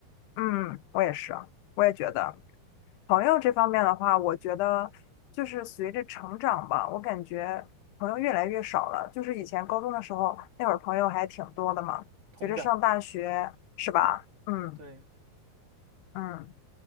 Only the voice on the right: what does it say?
同感，
对。